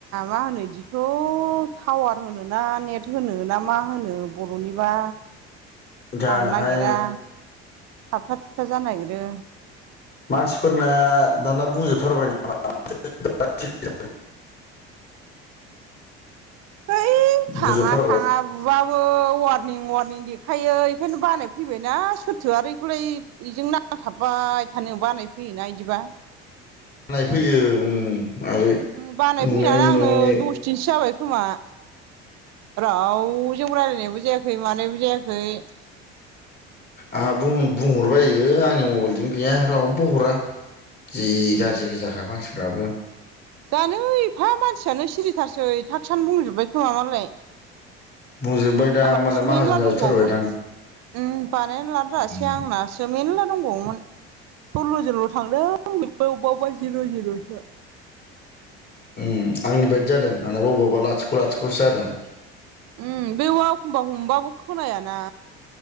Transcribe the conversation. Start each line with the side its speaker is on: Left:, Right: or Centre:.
Right: मा होनो दि बेखौ टावार होनो ना नेट होनो ना मा होनो बर'निबा
Left: जानोहाय
Right: नांनो नागिरा थाबथा थुबथा जानो नागिरो
Left: मानसिफोरना दाना बुजोबथारबायना द <unintelligible>
Right: है थाङा
Left: बुंजोबथारबाय
Right: थाङा बुबाबो वारनिं वारनिं देखायो बेखायनो बानाय फैबायना सोरथो आरो बेखौलाय बेजों नांथाबबाय थानो बानायफैयोना बिदिबा
Left: बानाय फैयो उम आरो
Right: बानायफैनानै
Left: नुनायनि
Right: आंनो
Left: नङैनि
Right: दस दिनसो जाबाय खोमा रावजोंबो राय्लायनायबो जायाखै मानायबो जायाखै
Left: आंहा बुं बुंहरबायो आंनि मबाइलजों गैया रावबो हरा जि
Right: उम
Left: गाज्रि गोजाखा मानसिफ्राबो
Right: जानो एफा मानसियानो सिरिथारसै टास्कानो बुंजोबबाय खोमा मालाय
Left: बुंजोबबायदां
Right: आंनासो
Left: मालाय माहाजोन
Right: मेरला
Left: जाजोबथारबायदां
Right: दंबावोमोन उम बानायना लानोरोङासै
Left: उम
Right: आंना सो मेरला दंबावोमोन सल्ल' जोनल' थांदों बेबो अबेबा अबेबा जिर' जिर'सो
Left: उम आंनि बायदि जादों आंबो अबबा अबावबा लाथिख' लाथिख'सो जादों
Right: उम बे एखमबा हमबाबो खोनायाना